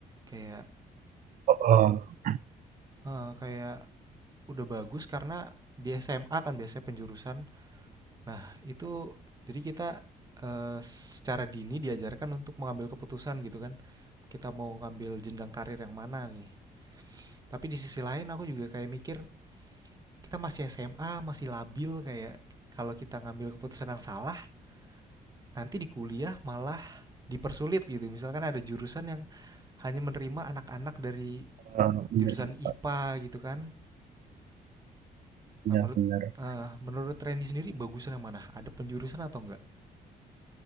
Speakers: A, on the right (about 25°); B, on the right (about 55°).
A: Kayak
B: oh, oh,
A: heeh, kayak udah bagus karena di SMA kan biasanya penjurusan. Nah, itu jadi kita, eee, secara dini diajarkan untuk mengambil keputusan gitu kan. Kita mau ngambil jenjang karir yang mana nih. Tapi di sisi lain aku juga kayak mikir, kita masih SMA, masih labil, kayak kalau kita ngambil keputusan yang salah nanti di kuliah malah dipersulit gitu. Misalkan ada jurusan yang hanya menerima anak-anak dari
B: oh, bener.
A: jurusan IPA gitu kan. Nah,
B: Iya,
A: menurut
B: bener.
A: eh, menurut Randy sendiri bagusan yang mana? Ada penjurusan atau enggak?